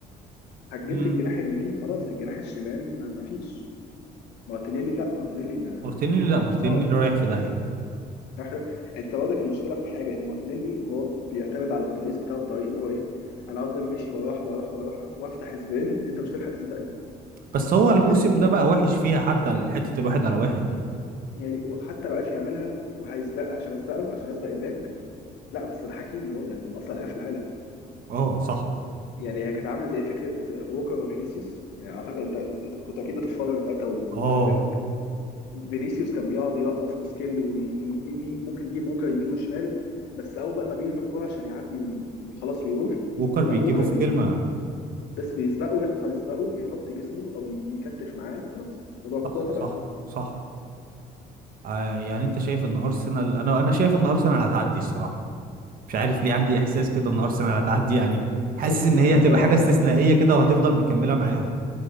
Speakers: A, on the left; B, on the right.
A: هجمت
B: امم
A: الجناح اليمين خلاص الجناح الشمال ما ما فيش مارتينيلي لا مارتينيلي ما...
B: مارتينيلي لا مارتينيلي
A: صعب
B: رايح في داهية
A: عارف ده؟ انت برضك المشكله في حاجه ان مارتينيلي وهو بيعتمد على الترقيص بتاعه بطريق اللي هو ايه انا افضل ماشي بالراحه بالراحه بالراحه وافتح سبرنت انت مش هتلحق تسبقني
B: بس هو
A: ده
B: الموسم
A: مارتينيلي
B: ده بقى وحش فيها حتى حتة الواحد على واحد دي
A: يعني وحتى لو عرف يعملها وهيسبقها عشان اسبقه عشان اسبق الباك لا بس ده حكيمي برضه يعني هم اصلا لعيبه في العالم
B: اه صح
A: يعني هي كانت عامله زي فكره ووكر وفينيسيوس يعني اعتقد انت انت, انت كنت اكيد بتتفرج ساعتها
B: اه
A: واخد بالك فينيسيوس كان بيقعد يرقص وسكيل وممكن يجيب ووكر يمين وشمال بس اول بقى ما بيرمي الكوره عشان يعدي وي- وخلاص ويروح
B: ووكر
A: لا
B: بيجيبه
A: ووكر
B: في كلمة
A: بس بيسبقه ياخد خالص يسبقه يحط جسمه او يكتف معاه خلاص موضوع الكوره
B: صح
A: اتقطعت
B: صح صح آه يعني انت شايف ان ارسنال انا انا شايف ان ارسنال هتعدي الصراحة مش عارف ليه عندي احساس كده ان ارسنال هتعدي يعني حاسس
A: بص
B: ان
A: انا
B: هي هتبقى
A: اخويا
B: حاجة استثنائية كده وهتفضل مكملة معاهم